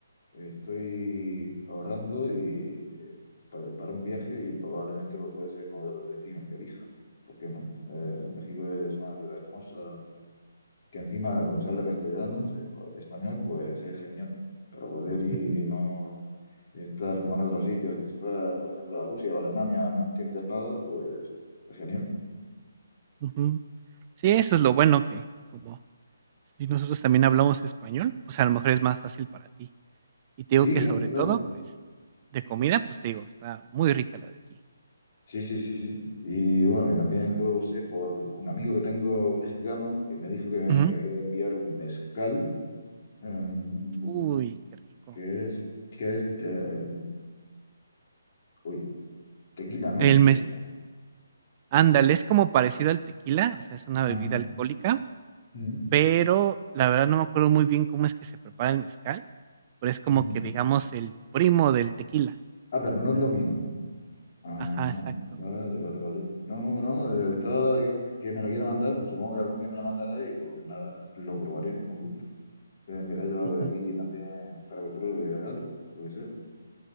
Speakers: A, on the left; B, on the right.
A: estoy ahorrando y eh, pa- para un viaje y probablemente pues, puede ser uno de los destinos que elija. ¿Por qué no? Eh, México es una ciudad hermosa, que encima, como se habla castellano, se- pues, español, pues es genial. Para poder ir
B: Ujú,
A: y no estar como en otros sitios, que si vas, por ejemplo, a Rusia o a Alemania, no entiendes nada, pues es genial.
B: ujú. Sí, eso es lo bueno que como si nosotros también hablamos español, pues a lo mejor es más fácil para ti. Y te
A: Sí,
B: digo que
A: claro,
B: sobre
A: claro.
B: todo, pues de comida, pues te digo, está muy rica la de aquí.
A: Sí, sí, sí, sí. Y bueno, y también luego sé por un amigo que tengo mexicano que me dijo que me,
B: Ujú.
A: que me iba a enviar un mezcal, em,
B: Uy, qué rico.
A: que es, que es, eh, uy, tequila, ¿no?
B: El mes
A: Tequila.
B: Ándale, es como parecido al tequila, o sea, es una
A: Ajá.
B: bebida alcohólica,
A: Ujú,
B: pero la verdad no me acuerdo muy bien cómo es que se prepara el mezcal, pero es como
A: ujú.
B: que digamos el primo del tequila.
A: Ah, pero no es lo mismo. Ajá,
B: Ajá, exacto.
A: vale, vale, vale. No, no, eh, está quien que me la quiera mandar, pues supongo que algún día me la mandará y pues nada, la- lo probaré con gusto. Eh, mira, yo algo
B: Ujú.
A: de aquí también para que pruebe algo, lo que sea.